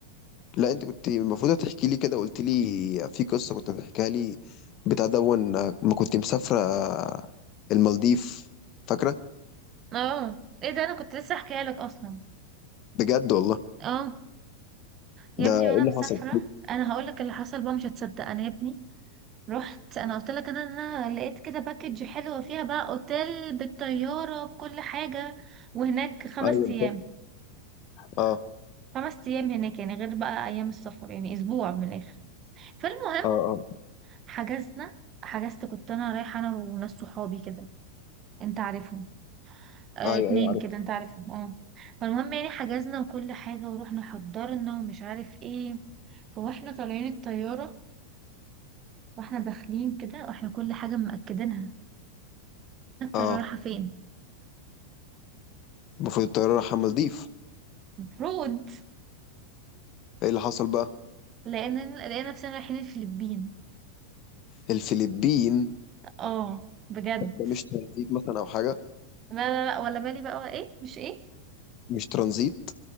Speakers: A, on the left (about 35°); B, on the right (about 30°).
A: لا انت كنت المفروض هتحكي لي كده قلت لي في قصه كنت بتحكيها لي بتاع دون آه، ما كنت مسافره آه، المالديف فاكره
B: اه ايه ده انا كنت لسه احكيها لك اصلا
A: بجد والله
B: اه يا
A: ده
B: ابني
A: ايه
B: وانا
A: اللي
B: مسافره
A: حصل
B: انا هقول لك اللي حصل بقى مش هتصدق انا يا ابني رحت انا قلت لك انا انا لقيت كده باكج حلوه فيها بقى اوتيل بالطياره بكل حاجه وهناك خمس
A: ايوه أنا
B: ايام
A: فاكر اه
B: خمس ايام هناك يعني غير بقى ايام السفر يعني اسبوع من الاخر فالمهم
A: اه
B: حجزنا حجزت كنت انا رايحه انا وناس صحابي كده انت عارفهم اه
A: اه ايوه
B: اتنين
A: ايوه عارف
B: كده انت عارفهم اه فالمهم يعني حجزنا وكل حاجه ورحنا حضرنا ومش عارف ايه فواحنا طالعين الطياره واحنا داخلين كده واحنا كل حاجه مأكدينها الطياره
A: اه
B: رايحه فين
A: المفروض الطياره رايحه المالديف
B: المفروض
A: ايه اللي حصل بقى
B: لقينا لقينا نفسنا رايحين الفلبين
A: الفلبين
B: اه بجد
A: طب ده مش ترانزيت مثلا او حاجه
B: لا لا لا ولا بالي بقى ولا ايه مش ايه
A: مش ترانزيت